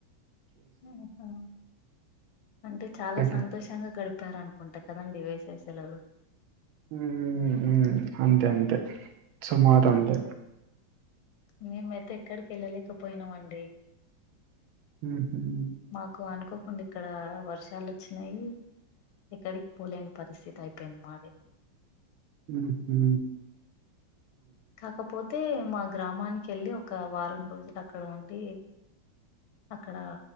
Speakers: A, on the left (about 80°); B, on the right (about 80°).
A: ఆహా అంటే చాలా
B: రిటర్న్
A: సంతోషం షంగా గడిపారు అనుకుంటా కదండి వేసవి సెలవలు
B: ఉమ్ ఉమ్ అంతే అంతే సుమారు అంతే
A: మేము అయితే ఎక్కడికి వెళ్ళలేకపోయినాం అండి
B: ఉహుమ్
A: మాకు అనుకోకుండా ఇక్కడ వర్షాలు వచ్చినాయి ఎక్కడికి పోలేని పరిస్థితి అయిపోయింది మాది
B: ఉహు
A: కాకపోతే మా గ్రామానికి వెళ్ళి ఒక వారం రోజులు అక్కడ ఉండి అక్కడ